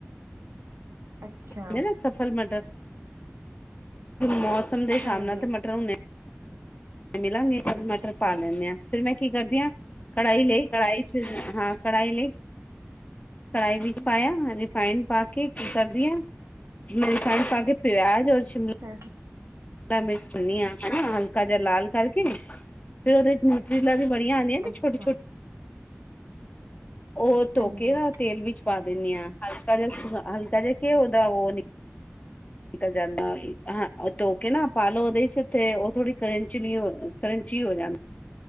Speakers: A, on the right; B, on the left.
A: ਅੱਛਾ
B: ਉਨਦੇ, ਸਫਲ ਮਟਰ, ਮੌਸਮ ਦੇ ਹਿਸਾਬ
A: ਹਾਂਜੀ
B: ਨਾਲ ਤੇ, ਮਟਰ ਨੇ। ਮਿਲਾਂਗੇ ਮਾਟਰ ਪਾ ਲੈਂਦੇਆਾਂ। ਫੇਰ ਮੈਂ ਕੀ ਕਰਦੀ ਹਾਂ। ਕੜਾਈ ਲਈ, ਕੜਾਈ ਵਿਚ, ਹਾਂ ਕੜਾਈ ਲਈ। ਕੜਾਹੀ ਵਿੱਚ ਪਾਇਆ, ਰਿਫਾਈਡ ਪਾ ਕੇ ਕੀ ਕਰਦੀਆਂ। ਰਿਫਾਇੰਡ, ਪਾ ਕੇ ਪਿਆਜ, ਉਰ, ਸ਼ਿਮਲਾ
A: ਹੋਰ ਕੀ।
B: ਮਿਚਨੀ ਹਨਾ, ਹਲਕਾ ਜਿਹਾ ਲਾਲ ਕਰਕੇ, ਫੇਰ ਉਹਦੇ, ਵਿੱਚ। ਰੀਲਾ ਵੀ ਬੜੀਆਂ ਆਂਦੀਆਂ ਮੈ
A: ਅੱਛਾ
B: ਛੋਟੀ-ਛੋਟੀ। ਉਹ ਧੋ
A: ਹਾਂਜੀ
B: ਕੇ ਰਾ ਤੇਲ ਵਿੱਚ ਪਾ ਦਿੰਨੀ ਆ ਹਲਕਾ ਜਾ, ਹਲਕਾ ਜਾ ਕੇਓ ਦਾ ਓ ਨੀ ਨਿਕਲ ਜਾਂਦਾ ਹਾਂ, ਤੋਕੇ ਨਾ ਪਾਲੋ ਓਦੇ ਚ ਤੇ ਓ ਥੋੜੀ ਕਰੰਚਲੀ ਹੋ, ਕਰੰਚੀ ਹੋ ਜਾਂ